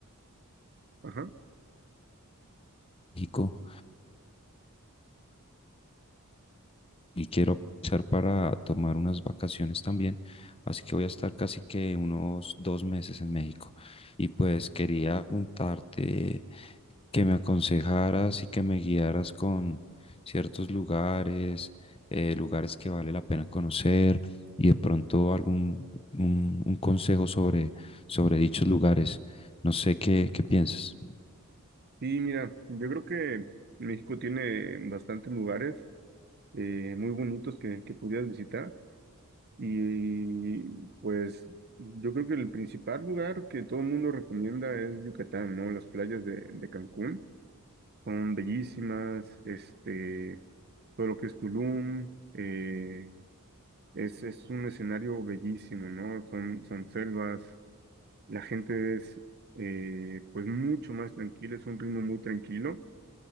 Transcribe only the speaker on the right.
Ajá.
Sí, mira, yo creo que México tiene bastantes lugares eh, muy bonitos que, que pudieras visitar. Y pues yo creo que el principal lugar que todo el mundo recomienda es Yucatán, ¿no? Las playas de, de Cancún son bellísimas, este, todo lo que es Tulum, eh, es, es un escenario bellísimo, ¿no? Son, son selvas, la gente es eh, pues mucho más tranquila, es un ritmo muy tranquilo,